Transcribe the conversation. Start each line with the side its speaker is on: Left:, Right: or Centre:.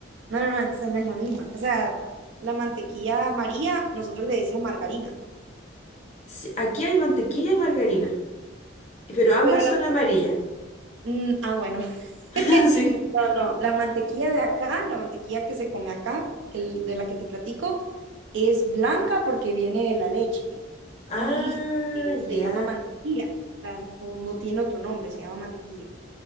Right: No, no, no, esa no es la misma. O sea, la mantequilla amarilla, nosotros le decimos margarina,
Left: Sí, Aquí hay mantequilla y margarina, pero ambas
Right: pero
Left: son amarillas.
Right: Mm, ah, bueno.
Left: <laughs>
Right: <laughs>
Left: Sí.
Right: No, no, la mantequilla de acá, la mantequilla que se come acá, el de la que te platico, es blanca porque viene de la leche
Left: Ah,
Right: y eh, se
Left: ya.
Right: llama mantequilla. O sea, no, no tiene otro nombre, se llama mantequilla.